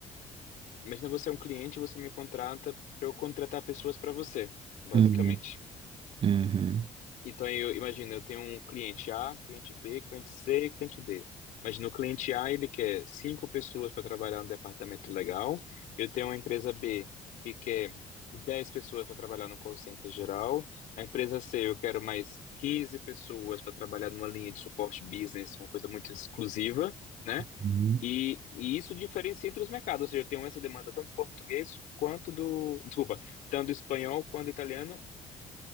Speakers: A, on the left; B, on the right.
A: Imagina você é um cliente, você me contrata para eu contratar pessoas para você, basicamente.
B: uhum, uhum,
A: Então eu imagino, eu tenho um cliente A, cliente B, cliente C e cliente D. Imagina o cliente A, ele quer cinco pessoas para trabalhar no departamento legal. Eu tenho uma empresa B que quer 10 pessoas para trabalhar no call center geral. A empresa C, eu quero mais 15 pessoas para trabalhar numa linha de suporte business, uma coisa muito exclusiva, né?
B: uhum.
A: E, e isso diferencia entre os mercados, ou seja, eu tenho essa demanda tanto do português quanto do, desculpa, tanto do espanhol quanto do italiano